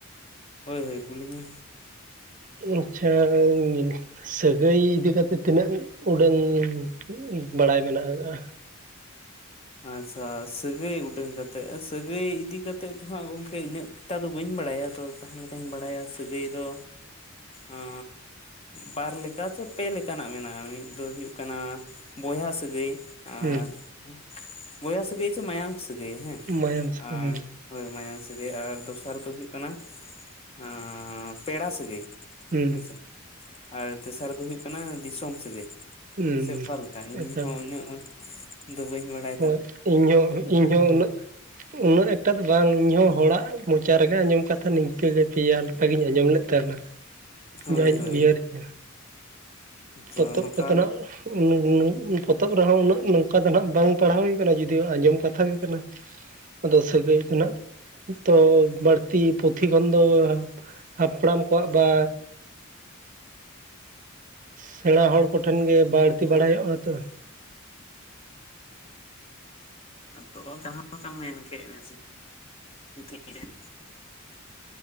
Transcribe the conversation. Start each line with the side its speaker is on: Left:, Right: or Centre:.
Left: ᱦᱳᱭ ᱦᱳᱭ ᱠᱩᱞᱤᱧ ᱢᱮ,
Right: ᱟᱪᱪᱷᱟ ᱡᱤᱞ- ᱥᱟᱹᱜᱟᱹᱭ ᱤᱫᱤ ᱠᱟᱛᱮ ᱛᱤᱱᱟᱹᱜ ᱩᱰᱟᱹᱝ ᱮᱸ ᱵᱟᱲᱟᱭ ᱢᱮᱱᱟᱜᱼᱟ ᱟᱸ?
Left: ᱟᱪᱪᱷᱟ, ᱥᱟᱹᱜᱟᱹᱭ ᱩᱰᱟᱹᱝ ᱠᱟᱛᱮ, ᱟ ᱥᱟᱹᱜᱟᱹᱭ ᱤᱫᱤ ᱠᱟ- ᱛᱮᱫ ᱫᱚ ᱦᱟᱸᱜ ᱜᱚᱝᱠᱮ ᱤᱱᱟᱹᱜ ᱴᱟ ᱫᱚ ᱵᱟᱹᱧ ᱵᱟᱲᱟᱭᱟ ᱛᱚ ᱡᱟᱦᱟᱸ ᱞᱮᱠᱟᱧ ᱵᱟᱲᱟᱭᱟ ᱥᱟᱹᱜᱟᱹᱭ ᱫᱚ ᱟᱸᱻ ᱵᱟᱻᱵᱟᱨ ᱞᱮᱠᱟ ᱪᱮ ᱯᱮ ᱞᱮᱠᱟᱱᱟᱜ ᱢᱮᱱᱟᱜᱼᱟ ᱢᱤᱫ ᱫᱚ ᱦᱩᱭᱩᱜ ᱠᱟᱱᱟ ᱵᱚᱭᱦᱟ ᱥᱟᱹᱜᱟᱹᱭ,
Right: ᱦᱩᱸ᱾
Left: <unintelligible> ᱵᱚᱭᱦᱟ ᱥᱟᱹᱜᱟᱹᱭ ᱪᱮ ᱢᱟᱭᱟᱝ ᱥᱟᱹᱜᱟᱹᱭ ᱦᱮᱸ,
Right: ᱢᱟᱭᱟᱢ
Left: ᱟᱨ
Right: ᱦᱩᱸ
Left: ᱦᱳᱭ ᱢᱟᱭᱟᱝ ᱥᱟᱹᱜᱟᱹᱭ ᱟᱨ ᱫᱚᱥᱟᱨ ᱫᱚ ᱦᱩᱭᱩᱜ ᱠᱟᱱᱟ, ᱟᱸ ᱯᱮᱲᱟ ᱥᱟᱹᱜᱟᱹᱭ᱾
Right: ᱦᱩᱸ
Left: ᱦᱮᱸᱥᱮ, ᱟᱨ ᱛᱮᱥᱟᱨ ᱫᱚ ᱦᱩᱭᱩᱜ ᱠᱟᱱᱟ ᱫᱤᱥᱚᱢ ᱥᱟᱹᱜᱟᱹᱭ᱾
Right: ᱦᱩᱸ
Left: ᱥᱮ ᱚᱠᱟᱞᱮᱠᱟ ᱤᱧ
Right: ᱮᱠᱟᱞ
Left: ᱦᱚᱸ ᱩᱱᱟᱹᱜ ᱫᱚ ᱵᱟᱹᱧ ᱵᱟᱰᱟᱭᱟ,
Right: ᱦᱳᱭ ᱤᱧᱦᱚᱸ ᱤᱧᱦᱚᱸ ᱩᱱᱟᱹᱜᱼᱼ ᱩᱱᱟᱹᱜ ᱮᱠᱴᱟ ᱫᱚ ᱵᱟᱝ ᱤᱧᱦᱚᱸ ᱦᱚᱲᱟᱜ ᱢᱚᱪᱟ ᱨᱮᱜᱮ ᱟᱸᱡᱚᱢ ᱠᱟᱛᱷᱟ ᱱᱤᱝᱠᱟᱹ ᱜᱮ ᱯᱮᱭᱟ ᱞᱮᱠᱟᱜᱤᱧ ᱟᱸᱡᱚᱢ ᱞᱮᱫ ᱛᱟᱦᱮᱸᱱᱟ᱾
Left: ᱦᱳᱭ
Right: ᱡᱟᱧ
Left: ᱦᱳᱭ
Right: ᱩᱭᱦᱟᱹᱨᱮᱜ-ᱟ᱾
Left: ᱛᱚ
Right: ᱯᱚᱛᱚᱵ
Left: ᱱᱚᱝᱠᱟ
Right: ᱠᱚᱫᱚ ᱱᱷᱟᱜᱼᱼ <unintelligible> ᱯᱚᱛᱚᱵ ᱨᱮᱦᱚᱸ ᱩᱱᱟᱹᱜ ᱱᱚᱝᱠᱟ ᱫᱚ ᱦᱟᱜ ᱵᱟᱝ ᱯᱟᱲᱦᱟᱣ ᱦᱩᱭ ᱠᱟᱱᱟ ᱡᱩᱫᱤᱭᱳ ᱟᱸᱡᱚᱢ ᱠᱟᱛᱷᱟ ᱜᱮ ᱠᱟᱱᱟ᱾ ᱟᱫᱚ ᱥᱟᱹᱜᱟᱹᱭ ᱫᱚ ᱱᱷᱟᱜᱼᱼ ᱛᱚ ᱵᱟᱹᱲᱛᱤ ᱯᱩᱛᱷᱤ ᱠᱷᱚᱱ ᱫᱚ ᱦᱟᱯᱲᱟᱢ ᱠᱚᱣᱟᱜ ᱵᱟᱼᱼ ᱥᱮᱸᱬᱟ ᱦᱚᱲ ᱠᱚᱴᱷᱮᱱ ᱜᱮ ᱵᱟᱹᱲᱛᱤ ᱵᱟᱲᱟᱭᱚᱜ-ᱟ ᱛᱚ,
Left: ᱟᱫᱚ ᱡᱟᱦᱟᱸ ᱞᱮᱠᱟᱢ ᱢᱮᱱ ᱠᱮᱫ <inaudible> ᱡᱩᱫᱤ ᱤᱧ ᱨᱮᱱ